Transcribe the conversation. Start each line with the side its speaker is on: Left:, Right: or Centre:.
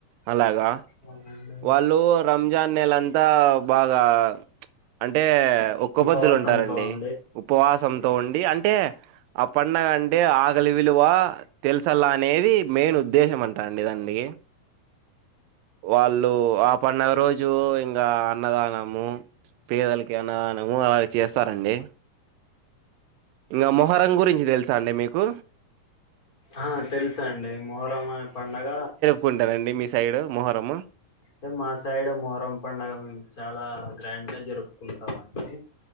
Right: అలాగా
Left: అవునండి
Right: వాళ్ళు రంజాన్ నేలంతా బాగా అంటే ఒక్కపొద్దులు
Left: ఉపవాసంతో
Right: ఉంటారండి
Left: ఉండి
Right: ఉపవాసం తొ ఉండి అంటే ఆ పండగ అంటే ఆకలి విలువ తెలుసల్లా అనేది మెయిన్ ఉద్దేశం అంటా అండి దాన్ది వాళ్ళు ఆ పండగ రోజు ఇంగ అన్నదానము పేదలకి అన్నదానము అలాగ చేస్తారండి ఇంగా మొహరం గురించి తెలుసా అండి మీకు
Left: ఆ తెల్సండి మొహరం అనే పండగ
Right: కుంటారండి మీ సైడు మొహరము
Left: అంటే మా సైడ్ మొహరం పన్డగ మేము చాలా గ్రాండ్ గా జరుపుకుంటామండి